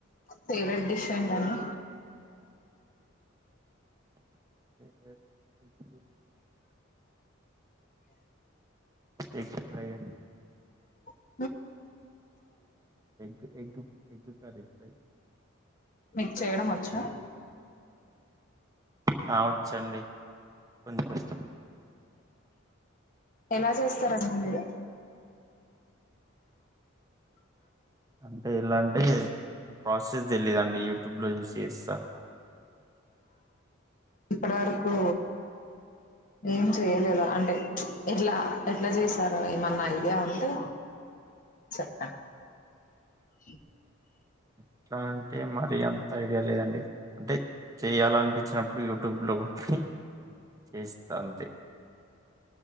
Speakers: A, on the left; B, on the right.
A: ఫేవరెట్ డిష్ ఏంటండి
B: ఫేవరెట్ ఇన్ఫ్లుయెన్సర్ ఎస్ ప్రెసెంట్
A: ఓ
B: egg egg egg curry fry
A: మీక్ చేయడం వచ్చా
B: కావచండి కొంచం
A: ఎలా చేస్తారండి మీరు
B: అంటే ఎలాంటే ప్రాసెస్ తెలీదండి యూట్యూబ్ లో చూసి చేస్తా.
A: ఇప్పటి వరకు ఏం చేయలేద అంటే ఎట్లా ఎట్లా చేసారో ఏమన్నా ఐడియా ఉంటే చెప్ప ఇ
B: ఎట్లా అంటే మరి ఎంత ఐడియా లేదండి అంటే చేయాలనిపించినప్పుడు యూట్యూబ్లో కొట్టి చేస్తంది